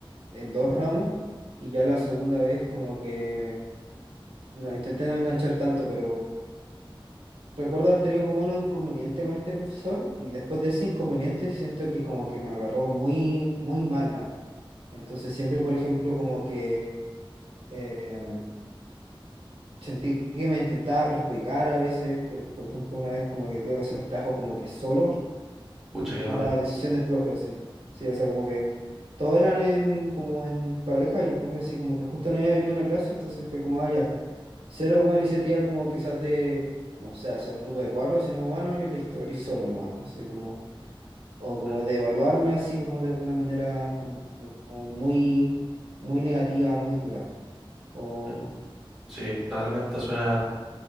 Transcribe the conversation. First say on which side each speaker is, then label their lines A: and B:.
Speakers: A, on the right (about 80°); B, in the centre.
A: en dos ramos y ya la segunda vez como que no, intenté no enganchar tanto, pero Recuerdo haber tenido como un inconveniente con este profesor y después de ese inconveniente siento que como que me agarró muy, muy mala. Entonces siempre, por ejemplo, como que eh, sentí que me intentaba perjudicar a veces. Por, por ejemplo, una vez como que tuve que hacer un trabajo como que solo
B: Pucha,
A: la
B: qué mala.
A: decisión del profe, sí. Sí, o sea, como que todos eran en, como en pareja y el profe sí, como que justo no había venido a una clase, entonces fue como, ah, ya. Cero como iniciativa como quizás de, no sé, hacer un grupo de cuatro, sino como, ah, no, yo listo, eres solo nomás. Así como, o como
B: Mm,
A: de evaluarme así como de una manera como, como muy, muy negativa, muy dura. O
B: mm. Sí, realmente suena...